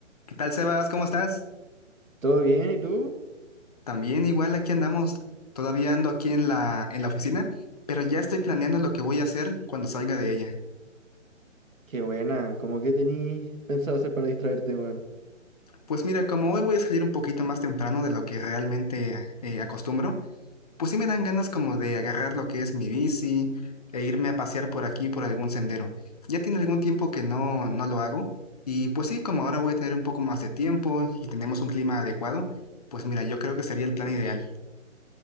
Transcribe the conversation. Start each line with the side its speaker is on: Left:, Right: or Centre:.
Left: ¿Qué tal, Sebas? ¿Cómo estás?
Right: ¿Todo bien? ¿Y tú?
Left: También igual aquí andamos. Todavía ando aquí en la, en la oficina, pero ya estoy planeando lo que voy a hacer cuando salga de ella.
Right: Qué buena. ¿Cómo que tenías pensado hacer para distraerte, weón?
Left: Pues mira, como hoy voy a salir un poquito más temprano de lo que realmente eh, acostumbro, pues sí me dan ganas como de agarrar lo que es mi bici e irme a pasear por aquí, por algún sendero. Ya tiene algún tiempo que no, no lo hago y pues sí, como ahora voy a tener un poco más de tiempo y tenemos un clima adecuado, pues mira, yo creo que sería el plan ideal,